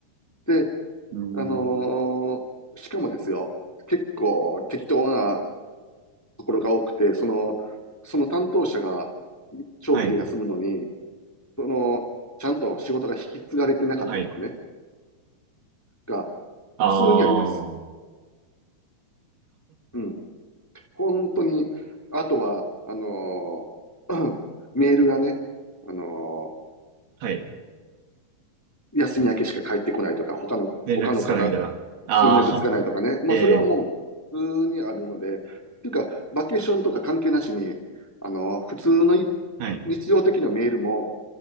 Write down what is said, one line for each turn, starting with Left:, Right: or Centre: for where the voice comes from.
Centre: で、
Right: ーん。
Centre: あのーしかもですよ、結構適当なところが多くて、その、その担当者が長期で休むのに、
Right: はい。
Centre: その、ちゃんと仕事が引き継がれてなかったとかね、
Right: はい。
Centre: が普通にあります。
Right: ああ、<laughs>
Centre: うん。本当に、あとは、あのー <clears throat> メールがね、あの
Right: はい。
Centre: ー休み明けしか返ってこないとか、他の、
Right: 連絡つかないみたいな。
Centre: 他の方、
Right: ああ、
Centre: 連絡つかないとかね。
Right: <laughs>
Centre: まあ、
Right: えー、
Centre: それはもう、普通にあるので、っていうか、バケーションとか関係なしに、あのー普通のい
Right: はい。
Centre: 日常的なメールも、